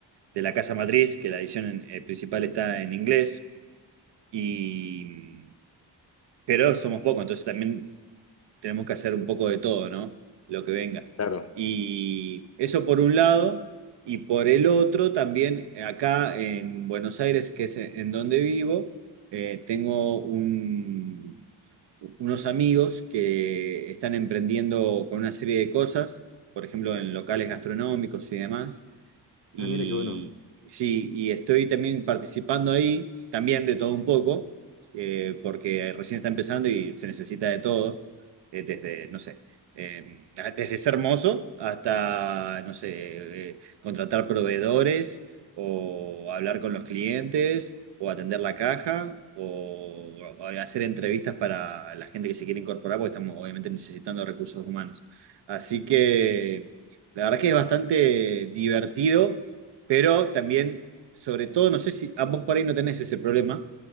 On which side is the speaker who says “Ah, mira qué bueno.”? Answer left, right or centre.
Left